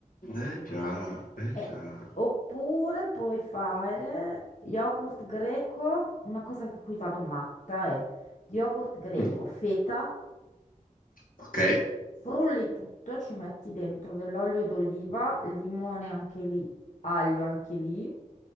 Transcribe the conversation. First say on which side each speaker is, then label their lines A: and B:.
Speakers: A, on the left (about 80°); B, on the left (about 60°).
A: Eh già, eh
B: Eh,
A: già.
B: oppure puoi fare yogurt greco, una cosa di cui vado matta è yogurt greco,
A: Mm,
B: feta,
A: ok.
B: frulli tutto, ci metti dentro dell'olio d'oliva, limone anche lì, aglio anche lì,